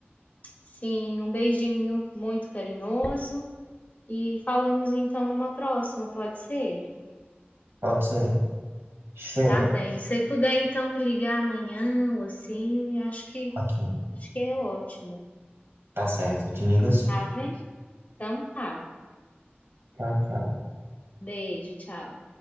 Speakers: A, on the left (about 40°); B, on the right (about 75°).
A: Sim, um beijinho muito carinhoso e falamos então numa próxima, pode ser?
B: Pode ser. Cheiro.
A: Tá bem. Se puder então me ligar amanhã ou assim, acho que
B: Ok.
A: acho que é ótimo.
B: Tá certo. Eu te ligo assim.
A: Tá bem? Então tá.
B: Tchau, tchau.
A: Beijo, tchau.